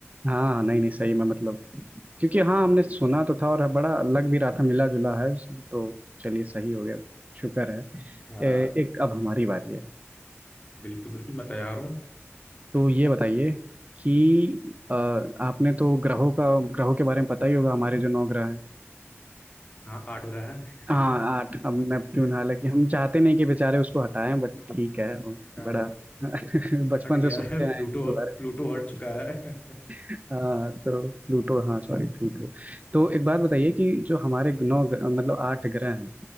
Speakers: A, on the right; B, on the left.
A: हाँ नहीं नहीं सही में मतलब क्योंकि हाँ हमने सुना तो था और बड़ा लग भी रहा था मिला जुला है तो चलिए सही हो गया शुक्र है
B: आ,
A: ए, एक अब हमारी बारी है
B: बिल्कुल बिल्कुल मैं तैयार हूँ
A: तो ये बताइए कि अ, आपने तो ग्रहों का ग्रहों के बारे में पता ही होगा हमारे जो नौ ग्रह हैं
B: हाँ आठ ग्रह हैं
A: हाँ आठ हम नेपट्टून हालांकि हम चाहते नहीं कि बेचारे उसको हटाएं बट ठीक है वो
B: <laughs> अ,
A: बड़ा <laughs> बचपन
B: हट गया
A: से सुनते
B: है
A: आए हैं
B: प्लूटो
A: इसके बारे
B: प्लूटो
A: में
B: हट चुका है <laughs>
A: हाँ तो प्लूटो हाँ सॉरी प्लूटो तो एक बात बताइए कि जो हमारे नौ ग्रह- मतलब आठ ग्रह हैं